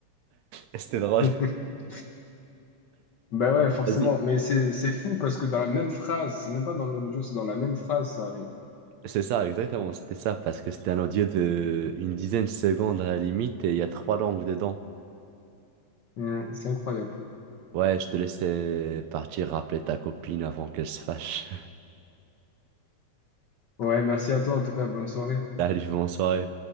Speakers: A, on the right (about 80°); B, on the left (about 70°).
A: Et C'était drôle.
B: <laughs> Ben ouais, forcément,
A: Vas-y.
B: mais c'est c'est fou parce que dans la même phrase, c'est même pas dans le même audio, c'est dans la même phrase, ça arrive.
A: C'est ça, exactement, c'était ça, parce que c'était un audio de une dizaine de secondes à la limite et il y a trois langues dedans.
B: Mhm, C'est incroyable.
A: Ouais, je te laissais partir rappeler ta copine avant qu'elle se fâche.
B: Ouais, merci à toi en tout cas, bonne soirée.
A: <laughs> Salut, bonne soirée.